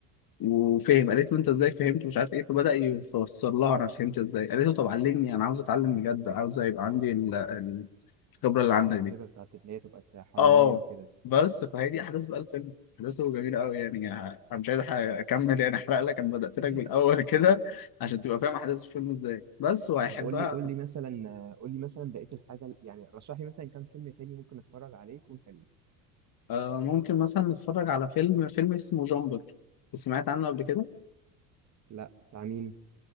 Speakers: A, on the left; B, on the right.
A: وفهم قالت له انت ازاي فهمت مش عارف ايه فبدأ يفسر لها انا فهمت ازاي قالت له طب علمني انا عاوز اتعلم بجد عاوز يبقى عندي ال- ال- الخبرة اللي عندك
B: الموهبه
A: دي
B: بتاعت ان هي تبقى سا- حراميه
A: اه
B: وكده يعني.
A: بس فهي دي احداث بقى الفيلم احداثه جميلة قوي يعني ه- انا مش عايز أح- اكمل يعني احرق لك انا بدأت لك
B: <laughs>
A: بالاول <laughs> كده عشان تبقى فاهم احداث الفيلم ازاي بس وهيحبها
B: طب قول لي قول لي مثلا قول لي مثلا بقيه الحاجه يعني رشح لي مثلا كام فيلم تاني ممكن اتفرج عليه يكون حلو
A: آه ممكن مثلا نتفرج على فيلم فيلم اسمه جامبر سمعت عنه قبل كده
B: لا بتاع مين